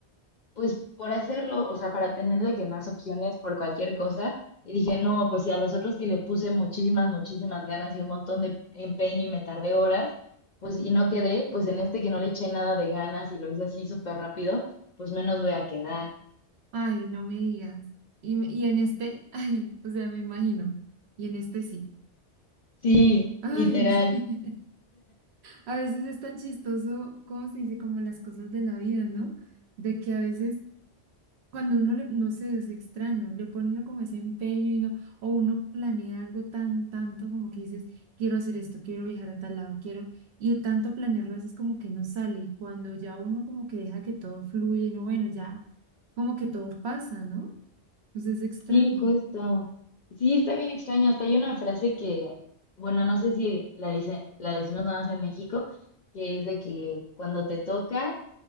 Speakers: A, on the left (about 55°); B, on the right (about 70°).
A: pues por hacerlo, o sea, para tener de que más opciones por cualquier cosa. Y dije, no, pues si a los otros que le puse muchísimas, muchísimas ganas y un montón de empeño y me tardé horas, pues y no quedé, pues en este que no le eché nada de ganas y lo hice así súper rápido, pues menos voy a quedar.
B: Ay, no me digas. Y, me- y en este, <laughs> ay, o sea, me imagino. Y en este sí.
A: Sí,
B: Ay,
A: literal.
B: <laughs> a veces es tan chistoso, ¿cómo se dice? Como las cosas de la vida, ¿no? De que a veces cuando uno le, no sé, es extraño, le pone uno como ese empeño y no, o uno planea algo tan, tanto como que dices, quiero hacer esto, quiero viajar a tal lado, quiero, y de tanto planearlo a veces como que no sale. Y cuando ya uno como que deja que todo fluya y no, bueno, ya como que todo pasa, ¿no? Entonces es extraño.
A: Sí, justo. Sí, está bien extraño. Hasta hay una frase que, bueno, no sé si la dice, la decimos nada más en México, que es de que cuando te toca,